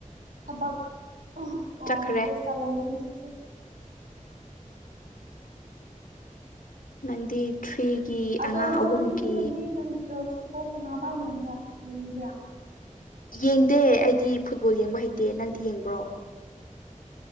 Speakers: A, on the right; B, on the left.
A: ꯊꯕꯛ ꯑ
B: ꯆꯠꯈ꯭ꯔꯦ
A: ꯄ꯭ꯂꯦꯁ ꯆꯂꯑ ꯍꯧꯖꯤꯛꯁꯨ꯫
B: ꯅꯪꯗꯤ ꯊ꯭ꯔꯤꯒꯤ
A: ꯑꯗꯣ
B: ꯑꯉꯥꯡ
A: ꯅꯪ
B: ꯑꯍꯨꯝꯒꯤ
A: ꯍꯧꯖꯤꯀꯥꯟꯗꯤ ꯅꯪ ꯐꯨꯠꯕꯣꯜ ꯁꯥꯟꯅꯕ ꯌꯥꯝꯕ꯭ꯔꯥ ꯌꯦꯡꯕ꯭ꯔꯥ꯫
B: ꯌꯦꯡꯗꯦ ꯑꯩꯗꯤ ꯐꯨꯠꯕꯣꯜ ꯌꯦꯡꯕ ꯍꯩꯇꯦ ꯅꯪꯗꯤ ꯌꯦꯡꯕ꯭ꯔꯣ꯫